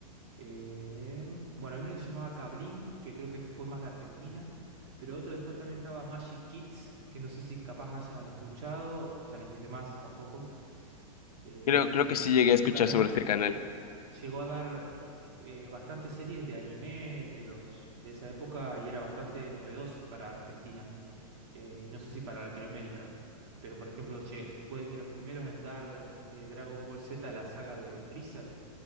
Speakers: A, on the right; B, on the left.
A: eh, Bueno, había uno que se llamaba Cablín, que creo que fue más de Argentina. Pero otro después también estaba Magic Kids, que no sé si capaz hayas escuchado, ya no existe más tampoco. eh,
B: Creo,
A: un,
B: creo que sí llegué a
A: un
B: escuchar
A: canal...
B: sobre este canal.
A: Llegó a dar eh, eh, bastantes series de anime de los de esa época y era bastante novedoso para Argentina eh, y no sé si para Latinoamérica. Pero por ejemplo, lle- fue de los primeros en dar eh, Dragon Ball Z, la saga de Freezer.